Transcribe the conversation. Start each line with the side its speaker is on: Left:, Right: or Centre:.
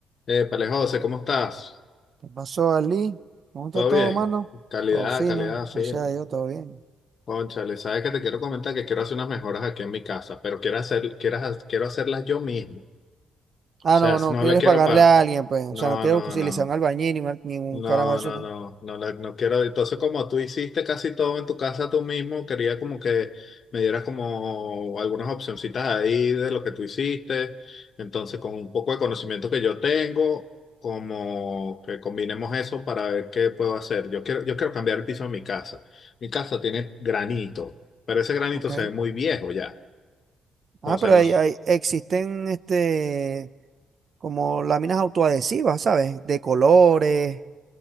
Left: Épale, José, ¿cómo estás?
Right: ¿Qué pasó, Ali? ¿Cómo está
Left: ¿Todo
Right: todo,
Left: bien?
Right: mano?
Left: Calidad,
Right: Todo fino,
Left: calidad, fino.
Right: o sea, yo todo bien.
Left: Cónchale, sabes que te quiero comentar que quiero hacer unas mejoras aquí en mi casa, pero quiero hacer, quiero, ha- quiero hacerlas yo mismo.
Right: Ah,
Left: O sea,
Right: no, no
Left: no
Right: quieres
Left: le quiero
Right: pagarle
Left: pagar.
Right: a alguien, pues. O
Left: No,
Right: sea, no quieres
Left: no,
Right: utilizar
Left: no.
Right: un albañil ni un, al- ni un
Left: No,
Right: carajo de eso.
Left: no,
Right: que-
Left: no, no, la- no quiero. Entonces, como tú hiciste casi todo en tu casa tú mismo, quería como que me dieras como algunas opcioncitas ahí de lo que tú hiciste. Entonces, con un poco de conocimiento que yo tengo, como que combinemos eso para ver qué puedo hacer. Yo quiero, yo quiero cambiar el piso de mi casa. Mi casa tiene granito, pero ese granito
Right: Ok.
Left: se ve muy viejo ya.
Right: Ah,
Left: Entonces,
Right: pero
Left: no.
Right: hay, hay- existen este, como láminas autoadhesivas, ¿sabes? De colores,